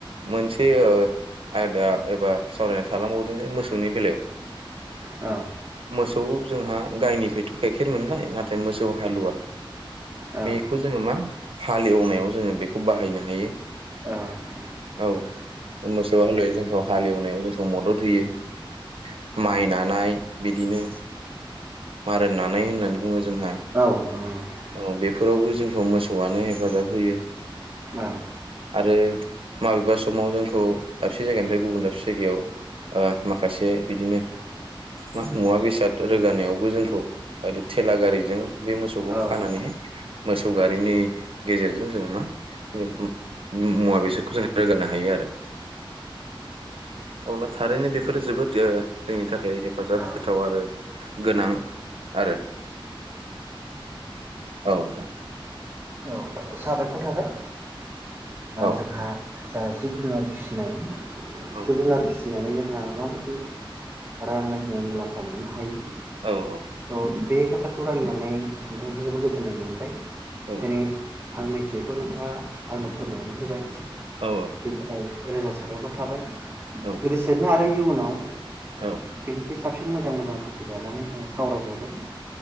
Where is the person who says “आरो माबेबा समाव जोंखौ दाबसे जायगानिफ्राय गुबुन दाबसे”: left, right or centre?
Right